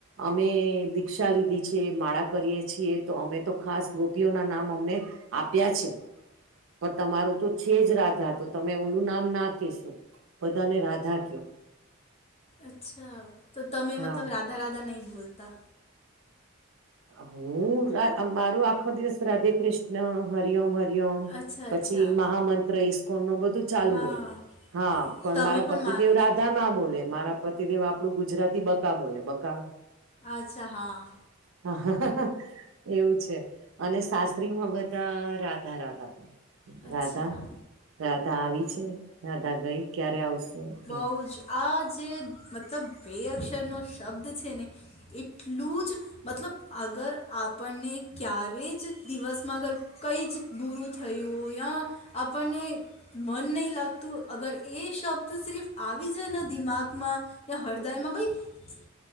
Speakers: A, on the right; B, on the left.
A: અમે દીક્ષા લીધી છે, માળા કરીએ છીએ તો અમે તો ખાસ ગોપીઓના નામ અમને આપ્યા છે પણ તમારું તો છે જ રાધા તો તમે ઓલું નામ ના કહેશો બધાને રાધા
B: અચ્છા તો તમે
A: હા
B: મતલબ રાધા રાધા નહી બોલતા.
A: હું મારો આખો દિવસ રાધે કૃષ્ણ હર ઓમ હર
B: અચ્છા
A: પછી
B: અચ્છા
A: મહામંત્ર ઈસ્કોન નો બધુ ચાલુ
B: હા
A: હોય હા પણ
B: તમે
A: મારા પતિદેવ
B: માનો
A: રાધા
B: છો
A: ના બોલે મારા પતિદેવ આપણું ગુજરાતી બકા બોલે બકા
B: અચ્છા હા
A: હા એવું છે. અને શાસ્ત્રી માં બધા રાધા રાધા
B: અચ્છા
A: રાધા રાધા આવી છે રાધા ગઈ ક્યારે આવશે
B: બઉ
A: એમ.
B: જ આ જે મતલબ બે અક્ષર નો શબ્દ છેને એટલું જ મતલબ અગર આપણને ક્યારે જ દિવસમાં અગર કઈ જ બૂરું થયું યા આપણને મન નહીં લાગતું અગર એ શબ્દ તુ સિર્ફ આવી જાય દિમાગમાં યા હૃદયમાં ભાઈ